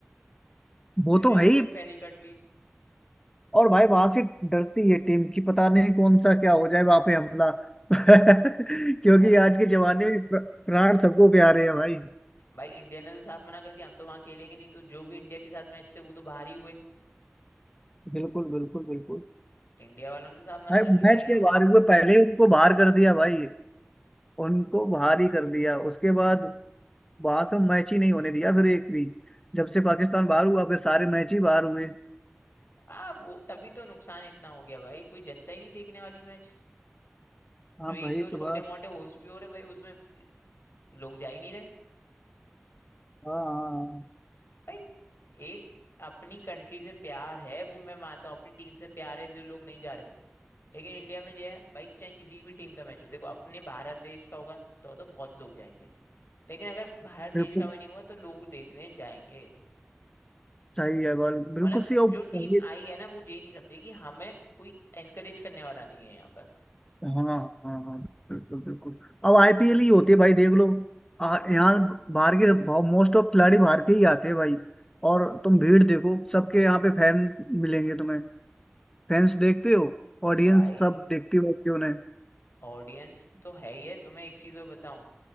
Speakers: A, on the left; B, on the left.
A: वो
B: इसलिए
A: तो है
B: वो
A: ही
B: लोग पहले ही कट लिए
A: और भाई वहां से डरती है टीम की पता नहीं कौन सा क्या हो जाए वहां पे हमला <laughs> क्योंकि
B: अरे
A: आज के जमाने में प्र- प्राण सबको प्यारे हैं भाई
B: भाई इंडिया ने तो साफ मना कर दिया हम तो वहां खेलेंगे नहीं तो जो भी इंडिया के साथ मैच थे वो तो बाहर ही हुए
A: बिल्कुल बिल्कुल बिल्कुल
B: इंडिया वालों ने तो साफ मना
A: भाई
B: कर दिया
A: मैच
B: भाई हम
A: के बाहर हुए पहले ही उनको बाहर कर दिया भाई उनको बाहर ही कर दिया उसके बाद वहां से मैच ही नहीं होने दिया फिर एक भी जब से पाकिस्तान बाहर हुआ फिर सारे मैच ही बाहर हुए
B: आ वो तभी तो नुकसान इतना हो गया भाई कोई जनता ही नहीं देखने वाली मैच
A: हाँ
B: जो एक
A: भाई
B: दो
A: तो
B: छोटे
A: बात
B: मोटे होस्ट भी हो रहे भाई उसमें लोग जा ही नहीं रहे
A: हाँ हाँ हाँ,
B: भाई एक अपनी कंट्री से प्यार है वो मैं मानता हूँ अपनी टीम से प्यार है इसलिए लोग नहीं जा रहे लेकिन इंडिया में जो है भाई चाहे किसी भी टीम का मैच हो देखो अपने भारत देश का होगा तो तो बहुत लोग जाएंगे लेकिन अगर भारत देश
A: बिल्कुल
B: का भी नहीं हुआ तो लोग देखने जाएंगे
A: सही है बाल बिल्कुल
B: मतलब
A: सही और
B: जो टीम
A: पहले
B: आई है ना वो ये नहीं समझेगी हमें कोई एनकरेज करने वाला नहीं है यहाँ पर
A: हाँ हाँ हाँ बिल्कुल बिल्कुल अब आईपीएल ही होती है भाई देख लो आ, यहाँ बाहर के मोस्ट ऑफ खिलाड़ी बाहर के ही आते हैं भाई और तुम भीड़ देखो सबके यहाँ पे फैन मिलेंगे तुम्हें फैंस देखते हो ऑडियंस
B: भाई
A: सब देखती बैठती उन्हें
B: ऑडियंस तो है ही है तुम्हें एक चीज और बताऊं